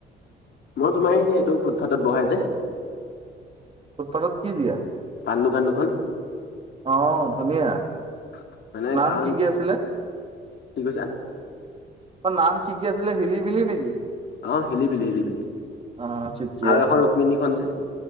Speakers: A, on the left (about 60°); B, on the right (about 30°).
A: মই তোমাৰ এই, এইটো ফুটপাথত বহাই যে।
B: ফুটপাথত কি দিয়া?
A: পাণ দোকান দুখন
B: অ'ধুনীয়া।
A: <inaudible>
B: নাম
A: কাৰণ
B: কি কি আছিলে?
A: কি কৈছা
B: তই নাম কি কি আছিলে, হিলিবিলি নেকি?
A: অ', হিলিবিলি, হিলিবিলি
B: অ' ঠিকে
A: আৰু
B: আছে।
A: এখন ৰুক্মণীখন যে